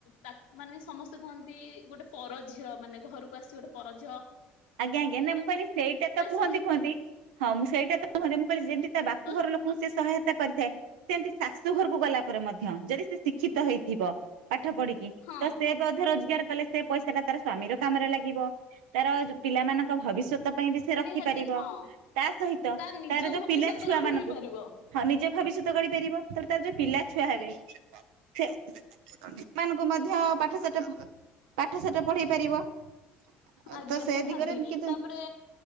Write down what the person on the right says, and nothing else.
ଆଜ୍ଞା ଆଜ୍ଞା ନା ମୁଁ କହିଲି ସେଇଟା ତ କୁହନ୍ତି
କୁହନ୍ତି ହଁ, ମୁଁ ସେଇଟା ତ <unintelligible> ମୁଁ କଇଲି, ଯେମତି ତା ବାପା
ଘର ଲୋକଙ୍କୁ ସେ ସହାୟତା କରିଥାଏ, ସେମିତି ଶାଶୁ ଘରକୁ ଗଲା ଶାଶୁ ଘରେ ମଧ୍ୟ, ଯଦି ସେ ଶିକ୍ଷିତ ହେଇଥିବ ପାଠ ପଢିକି,
ତ ସେ ଅଧେ ରୋଜଗାର କଲେ। ସେ ପଇସାଟା ତାର ସ୍ଵାମୀର କାମରେ ଲାଗିବ। ତାର ପିଲାମାନଙ୍କ ଭବିଷ୍ୟତ ପାଇଁ ବି ସେ ରଖିପାରିବ।
ତା ସହିତ
ତାର ଯୋଉ
ପିଲା ଛୁଆମାନଙ୍କୁ
ହଁ, ନିଜ ଭବିଷ୍ୟତ ଗଢିପାରିବ। ତା ରେ ତାର ଯୋଉ ପିଲା ଛୁଆ ହେବେ ଫି ସେମାନଙ୍କୁ ମଧ୍ୟ ପାଠ ସାଠ ପଢେଇ ପାରିବ। ଆଉ
ତ ସେ
ଦିଗରେ କିନ୍ତୁ